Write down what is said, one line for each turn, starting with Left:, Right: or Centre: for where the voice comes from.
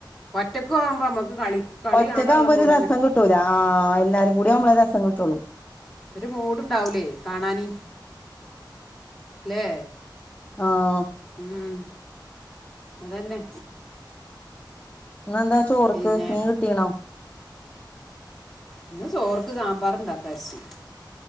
Centre: ഒറ്റക്ക് പോകുമ്പോൾ നമുക്ക് കളി കളി
Left: ഒറ്റക്കാവുമ്പോ
Centre: കാണാനുള്ള മൂടനെ
Left: ഒരു രസം കിട്ടൂല ആഹ് എല്ലാരും കൂടി
Centre: ഒരു
Left: ആവുമ്പളാ രസ കിട്ടൊള്ളു
Centre: ഒരു മൂട്ണ്ടാവൂലേ കാണാന് ല്ലേ
Left: ആഹ്
Centre: ഉം അതന്നെ
Left: ഇന്നെന്താ ചോർക്ക്
Centre: പിന്നെ
Left: മീൻ കിട്ടീണോ
Centre: ഇന്ന് ചോർക്ക് സാമ്പാറ് ഇണ്ടാക്കാർച്ച്